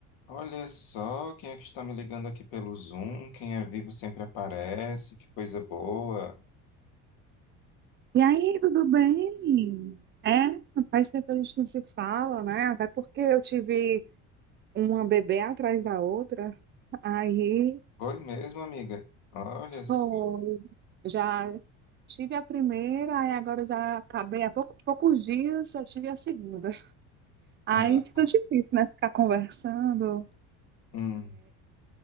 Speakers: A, on the left; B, on the right.
A: Olha só quem é que está me ligando aqui pelo Zoom. Quem é vivo sempre aparece. Que coisa boa.
B: E aí, tudo bem? É, faz tempo que a gente não se fala, né? Até porque eu tive uma bebê atrás da outra. Aí,
A: Oi mesmo, amiga. Olha. s-
B: foi. Já tive a primeira, aí agora eu já acabei há pouco- poucos dias, eu tive a segunda. Aí
A: Ah,
B: fica difícil, né? Ficar conversando,
A: hum.